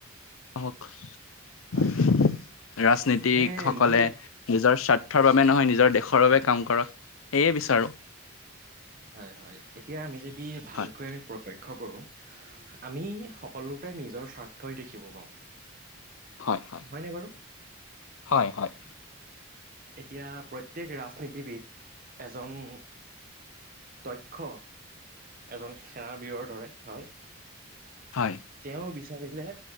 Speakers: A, on the left; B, on the right.
A: হওঁক।
B: হয়
A: ৰাজনীতিক
B: হয় মানে
A: সকলে
B: মোৰ
A: নিজৰ স্বাৰ্থৰ বাবে নহয় নিজৰ দেশৰ বাবে কাম কৰক, সেয়ে বিচাৰোঁ।
B: হয় হয়, এতিয়া আমি যদি ভালকৈ
A: হয়
B: আমি প্ৰত্য ক্ষ কৰোঁ, আমি সকলোতে নিজৰ স্বাৰ্থই দেখিব পাওঁ।
A: হয়। হয়
B: হয়নে বাৰু?
A: হয় হয়।
B: এতিয়া প্ৰত্যেক ৰাজনীতিবিদ এজন দক্ষ এজন সেনাবীৰৰ দৰে হয়।
A: হয়
B: তেওঁ বিচাৰিলে